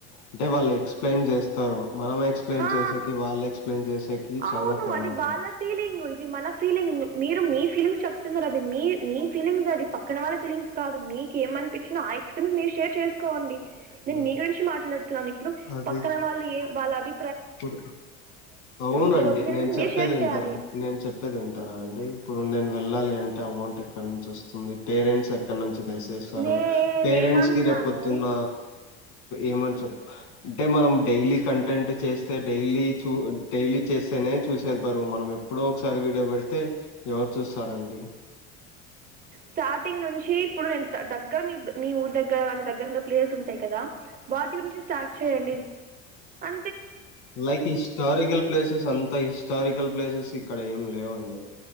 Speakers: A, on the left; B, on the right.
A: అంటే వాళ్ళు ఎక్స్ప్లెయిన్ చేస్తారు మనం ఎక్స్ప్లెయిన్
B: హా
A: చేసకి వాళ్ళ ఎక్స్ప్లెయిన్ చేసేకి
B: అవును
A: చనాా తేడా
B: అది
A: ఉంది.
B: వాళ్ళ ఫీలింగ్ ఇది మన ఫీలింగ్ మీరు మీ ఫీలింగ్స్ చెప్తున్నారు అది మీ ఫీలింగ్స్ అది పక్కన వాళ్ళ ఫీలింగ్స్ కాదు మీకు ఏమనిపించినో ఆ ఎక్స్పీరియన్స్ మీ షేర్ చేసుకోండి నేను
A: ఆ!
B: మీ గురించి మాట్లాడుతున్నాను ఇప్పుడు
A: అది
B: పక్కన వాళ్ళు ఏ వాళ్ళ అభి
A: ఇప్పుడు అవునండి
B: మీ ఒపీనియన్
A: నేను
B: కూడా
A: చెప్పేది
B: మీరు షేర్
A: వింటారా
B: చేయాలి
A: నేను చెప్పేది వింటారా అండి ఇప్పుడు ఇప్పు నేను వెళ్ళాలి అంటే అమౌంట్ ఎక్కడ నుంచి వస్తుంది పేరెంట్స్ ఎక్కడ నుంచి చేశారు
B: నేనేమంటున్నాను
A: పేరెంట్స్ కి రేపు పొద్దున్న ఏమని చె అంటే మనం డైలీ కంటెంట్ చేస్తే డైలీ చూ డైలీ చేస్తేనే చూసేది బరు మనం ఎప్పుడో ఒకసారి వీడియో పెడితే ఎవరు చూస్తారండి
B: స్టార్టింగ్ నుంచి ఇప్పుడు నేను దగ్గ మీ మీ ఊరు దగ్గర కాని దగ్గరన్న ప్లేసెస్ ఉంటాయి కదా వాటి గురించి స్టార్ట్ చేయండి అ
A: లైక్ హిస్టారికల్ ప్లేసెస్ అంత హిస్టారికల్ ప్లేసెస్ ఇక్కడ ఏం లేవుండి